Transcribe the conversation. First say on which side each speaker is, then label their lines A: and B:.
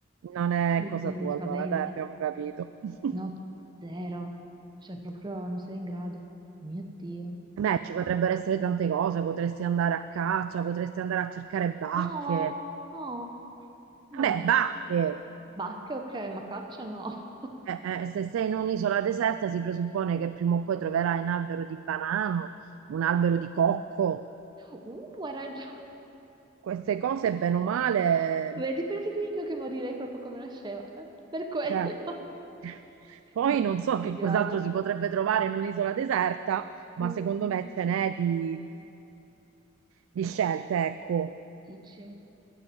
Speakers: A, on the right; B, on the right.
A: Non è
B: Mi,
A: cosa tua,
B: mi spaventa.
A: allora, dai, abbiamo capito. <laughs>
B: No, zero. Cioè, proprio non sarei in grado. Mio Dio.
A: Beh, ci potrebbero essere tante cose, potresti andare a caccia, potresti andare a cercare bacche.
B: No, no, no.
A: Vabbè, bacche!
B: Bacche, ok, ma caccia no. <laughs>
A: Eh, eh, se sei in un'isola deserta si presuppone che prima o poi troverai un albero di banano, un albero di cocco.
B: Uh, hai ragione.
A: queste cose, bene o male,
B: Vedi perché ti dico che morirei proprio come nasceva? eh? Per quello.
A: cioè,
B: <laughs>
A: <laughs> poi
B: Non sono
A: non so che
B: in
A: cos'altro
B: grado.
A: si potrebbe trovare in un'isola deserta, ma
B: Mm.
A: secondo me ce n'è di, di scelte, ecco.
B: Dici?